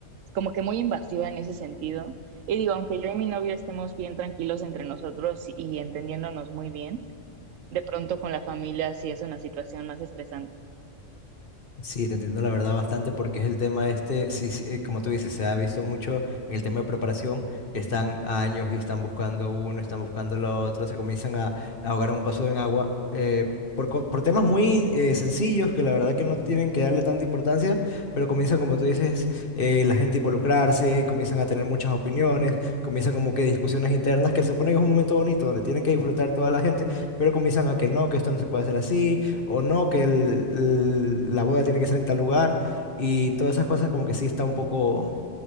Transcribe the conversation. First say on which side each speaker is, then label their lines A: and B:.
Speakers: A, on the right; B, on the left.
A: como que muy invasiva en ese sentido. Y digo, aunque yo y mi novio estemos bien tranquilos entre nosotros y entendiéndonos muy bien, de pronto con la familia sí es una situación más estresante.
B: Sí, te entiendo la verdad bastante porque es el tema este, sí, sí, eh, como tú dices, se ha visto mucho en el tema de preparación, que están a años y están buscando uno, están buscando lo otro, se comienzan a, a ahogar en un vaso de agua eh, por, co- por temas muy eh, sencillos que la verdad que no tienen que darle tanta importancia, pero comienzan, como tú dices, eh, la gente a involucrarse, comienzan a tener muchas opiniones, comienzan como que discusiones internas, que se supone que es un momento bonito donde tienen que disfrutar toda la gente, pero comienzan a que no, que esto no se puede hacer así o no, que el- el- la boda tiene que ser en tal lugar y todas esas cosas como que sí está un poco...